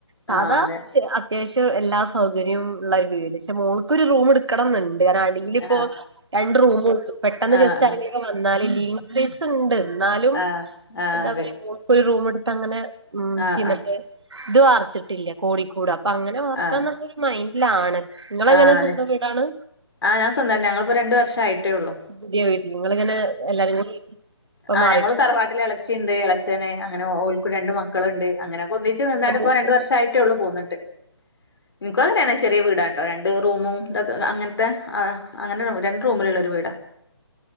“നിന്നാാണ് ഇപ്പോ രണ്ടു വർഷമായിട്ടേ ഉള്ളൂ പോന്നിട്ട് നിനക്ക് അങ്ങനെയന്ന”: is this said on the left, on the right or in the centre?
Left